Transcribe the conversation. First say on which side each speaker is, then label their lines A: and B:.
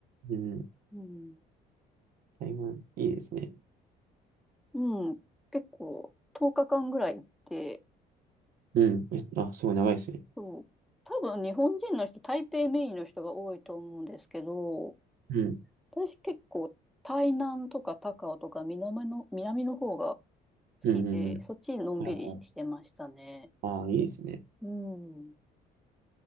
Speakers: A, on the right; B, in the centre.
A: うん。
B: うん。
A: 台湾、いいですね。
B: うん。結構、10日間ぐらい行って、
A: うん。えあ、すごい長いですね。
B: そう。多分日本人の人、台北メインの人が多いと思うんですけど、
A: うん。
B: 私結構台南とか高雄とか南の、南の方が好きで、
A: うんうんうん。
B: そっちのんびりしてましたね。
A: はいはいああ、いいですね。
B: うん。